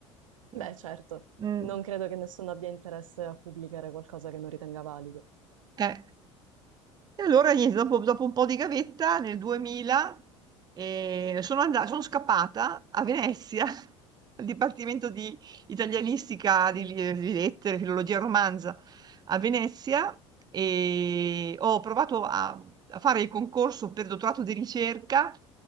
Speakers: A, on the right (about 80°); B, on the right (about 25°).
A: Beh,
B: Eh,
A: certo,
B: Mm.
A: non credo che nessuno abbia interesse a pubblicare qualcosa che non ritenga valido.
B: eh. E allora, niente, dopo, dopo un po' di gavetta, nel 2000, eh, sono andata, sono scappata a Venezia, <laughs> al Dipartimento di Italianistica, di,
A: <laughs>
B: di Lettere, Filologia e Romanza, a Venezia, e ho provato a, a fare il concorso per dottorato di ricerca,